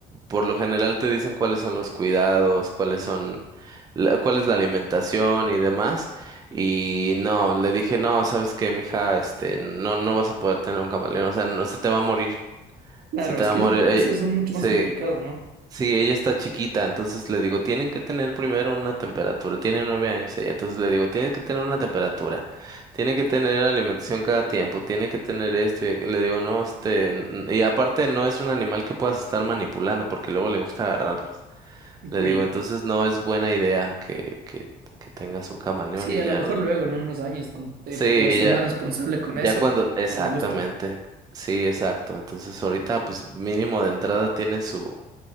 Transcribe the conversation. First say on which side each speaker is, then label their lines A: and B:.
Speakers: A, on the right (about 20°); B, on the right (about 60°).
A: por lo general te dicen cuáles son los cuidados, cuáles son, la- cuál es la alimentación y demás. Y no, le dije, no, sabes qué, mija, este, no, no vas a poder tener un camaleón, o sea, no, se te va a morir,
B: Claro,
A: se te
B: es
A: va
B: que
A: a morir.
B: es-
A: eh,
B: esos son mucho
A: Sí,
B: más complicados, ¿no?
A: Sí, ella está chiquita, entonces le digo, tienen que tener primero una temperatura, tiene nueve años ella, entonces le digo, tienes que tener una temperatura, tiene que tener alimentación cada tiempo, tiene que tener esto, y aquello". le digo, no, este, n- y aparte no es un animal que puedas estar manipulando, porque luego le gusta agarrarlos.
B: Ok.
A: Le digo, entonces no es buena idea que, que, que tengas un camaleón
B: Sí,
A: y
B: a
A: ya
B: lo mejor
A: lo...
B: luego, en unos años, donde te
A: Sí,
B: puedas ser
A: ya,
B: más responsable con
A: ya
B: eso,
A: cuando, exactamente,
B: con gusto.
A: sí, exacto, entonces ahorita pues mínimo de entrada tiene su,